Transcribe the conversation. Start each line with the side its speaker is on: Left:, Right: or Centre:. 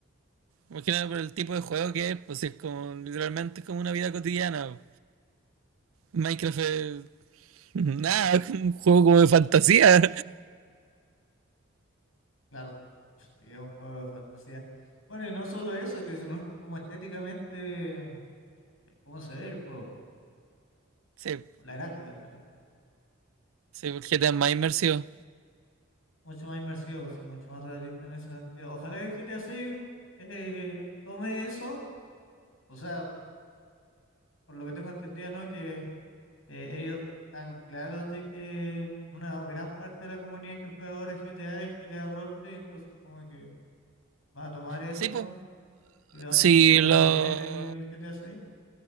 Right: Imagínate por el tipo de juego que es, pues es como literalmente es como una vida cotidiana. Minecraft es nada, es un juego como de fantasía.
Left: Claro, pues, sí, es un juego de fantasía. Bueno, y no solo eso, que sino como estéticamente, eh, cómo se ve el juego,
Right: Sí,
Left: o la gráfica, me refiero.
Right: sí, porque te es más inmersivo.
Left: Mucho más inmersivo, sí, mucho más realista en ese sentido. Ojalá que el GTA 6 eh, tome eso, o sea, por lo que tengo entendido, ¿no? Que eh, ellos están claros de que una gran parte de la comunidad que juega ahora GTA es GTA Roleplay, entonces como que va a tomar eso
Right: Sí, pues.
Left: y lo van
Right: Sí,
Left: a incorporar
Right: lo.
Left: bien en el GTA 6.